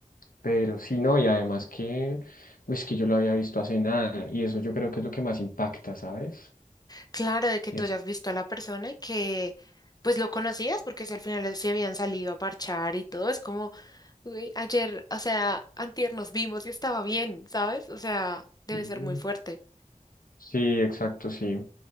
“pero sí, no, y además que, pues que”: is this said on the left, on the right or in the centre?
Left